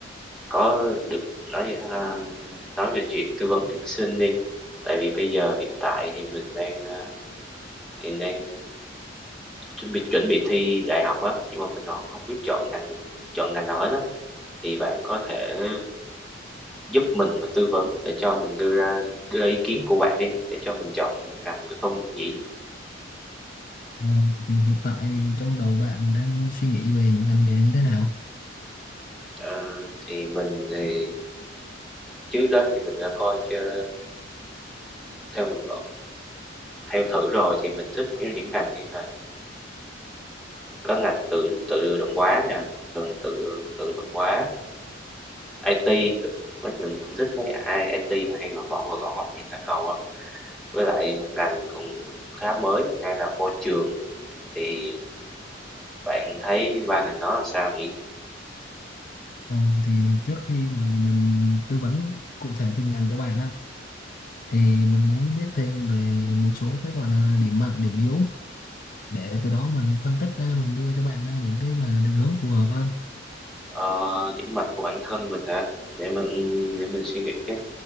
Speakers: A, in the centre; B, on the left (about 45°).
A: có được nói à, nói về chuyện tư vấn tuyển sinh đi. Tại vì bây giờ hiện tại thì mình đang à, hiện đang chuẩn bị chuẩn bị thi đại học á, nhưng mà mình nó không biết chọn ngành chọn ngành nào hết á. Thì bạn có thể giúp mình mà tư vấn để cho mình đưa ra đưa ra ý kiến của bạn đi để cho mình chọn ngành được không nhỉ?
B: Ờ, thì hiện tại trong đầu bạn đang suy nghĩ về những ngành nghề như thế nào?
A: Ờ, thì mình thì Trước đó thì mình đã coi chơ theo nguyện vọng theo thử rồi thì mình thích theo những ngành như là có ngành tự tự động hóa nha, thường là tự tự động hóa, IT, với mình cũng thích mấy ai IT mà hay gõ gõ, gõ gõ nhìn nó cầu lắm. Với lại một ngành cũng khá mới hiện nay là môi trường thì bạn thấy ba ngành đó là sao nhỉ?
B: Ờ, thì trước khi mà mình tư vấn cụ thể từng ngành cho bạn á thì mình muốn biết thêm về một số cái gọi là điểm mạnh điểm yếu để từ đó mình phân tích ra mình đưa cho bạn ra những cái mà định hướng phù hợp hơn
A: Ờ, điểm mạnh của bản thân mình hả? Để mình, để mình suy nghĩ cái.